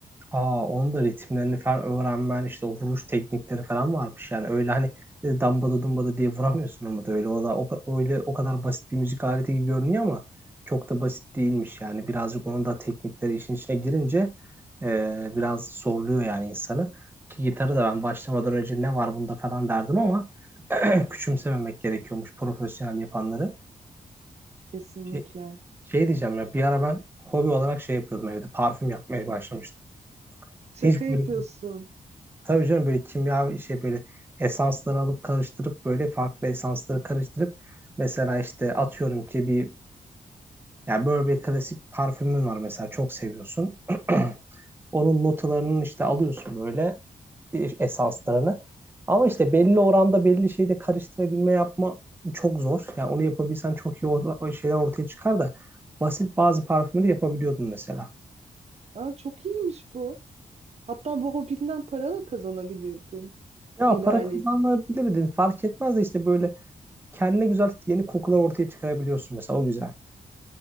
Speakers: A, on the right (about 15°); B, on the right (about 50°).
A: Aa, onun da ritimlerini falan öğrenmen işte o vuruş teknikleri falan varmış yani öyle hani e, dambada dumbada diye vuramıyorsun ama da öyle o da o, ka- öyle o kadar basit bir müzik aleti gibi görünüyor ama çok da basit değilmiş yani birazcık onun da teknikleri işin içine girince e, biraz zorluyor yani insanı ki gitarı da ben başlamadan önce ne var bunda falan derdim ama <clears throat> küçümsememek gerekiyormuş profesyonel yapanları.
B: Kesinlikle.
A: Şey, şey diyeceğim ya bir ara ben hobi olarak şey yapıyordum evde parfüm yapmaya başlamıştım.
B: Şaka
A: Hiç
B: yapıyorsun.
A: böyle Tabii canım böyle kimya şey böyle esansları alıp karıştırıp böyle farklı esansları karıştırıp mesela işte atıyorum ki bir ya böyle bir klasik parfümün var mesela çok seviyorsun. <clears throat> Onun notalarının işte alıyorsun böyle e, esanslarını. Ama işte belli oranda belli şeyde karıştırabilme yapma çok zor. Yani onu yapabilsen çok iyi o o şeyler ortaya çıkar da basit bazı parfümleri yapabiliyordun mesela.
B: Aa, çok iyiymiş bu. Hatta bu hobinden para da kazanabilirdin.
A: Ya
B: İlerle.
A: para kazanabilirdin fark etmez de işte böyle kendine güzel yeni kokular ortaya çıkarabiliyorsun mesela o güzel.